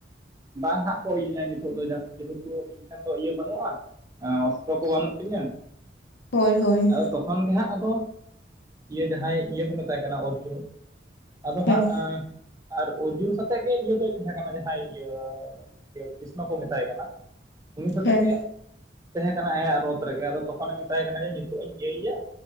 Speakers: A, on the right (about 20°); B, on the left (about 70°).
A: ᱵᱟᱝ ᱦᱟᱸᱜ ᱠᱚ ᱤᱭᱟᱹᱧᱟ ᱧᱤᱛᱚᱜ ᱫᱚ ᱡᱟ ᱡᱮᱦᱮᱛᱩ ᱤᱧ ᱴᱷᱮᱱ ᱫᱚ ᱤᱭᱟᱹ ᱵᱟᱱᱩᱜᱼᱟᱸ᱾ ᱟᱸ ᱚᱠᱛᱚ ᱠᱚ ᱵᱟᱱᱩᱜ ᱛᱤᱧᱟᱹ᱾
B: ᱦᱳᱭ-ᱦᱳᱭ᱾
A: ᱟᱫᱚ ᱛᱚᱠᱷᱚᱱ ᱜᱮ ᱦᱟᱸᱜ ᱟᱫᱚ ᱤᱭᱟᱹ ᱡᱟᱦᱟᱸᱭ ᱤᱭᱟᱹ ᱠᱚ ᱢᱮᱛᱟᱭ ᱠᱟᱱᱟ ᱚᱨᱡᱩᱱ, ᱟᱫᱚ
B: ᱦᱮᱸ
A: ᱦᱟᱸᱜ ᱟᱸ ᱟᱨ ᱚᱨ- -ᱡᱩᱢ ᱥᱟᱛᱮᱜ ᱜᱮ ᱤᱭᱟᱹ ᱫᱚᱭ ᱛᱷᱮᱸ ᱠᱟᱱᱟ ᱡᱟᱦᱟᱸᱭ ᱤᱭᱟᱹ, ᱤᱭᱟᱹ ᱠᱤᱥᱱᱚ ᱠᱚ ᱢᱮᱛᱟᱭ ᱠᱟᱱᱟ᱾ ᱩᱱᱤ ᱥᱟᱛᱮᱜ
B: ᱦᱮᱸ
A: ᱜᱮ ᱛᱮᱦᱮᱸ ᱠᱟᱱᱟ ᱟᱭᱟᱜ ᱨᱚᱛ ᱨᱮᱜᱮ᱾ ᱟᱫᱚ ᱛᱚᱠᱷᱚᱱᱮ ᱢᱮᱛᱟᱭ ᱠᱟᱱᱟ ᱡᱮ ᱧᱤᱛᱚᱜ ᱤᱧ ᱤᱭᱟᱹᱭᱭᱟ?